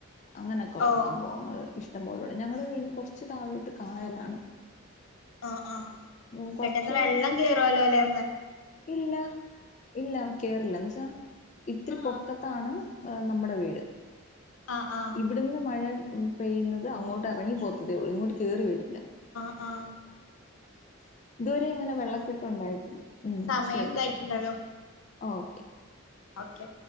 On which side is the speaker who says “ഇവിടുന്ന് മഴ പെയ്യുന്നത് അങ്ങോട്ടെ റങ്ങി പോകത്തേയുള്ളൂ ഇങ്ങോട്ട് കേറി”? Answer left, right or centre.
Left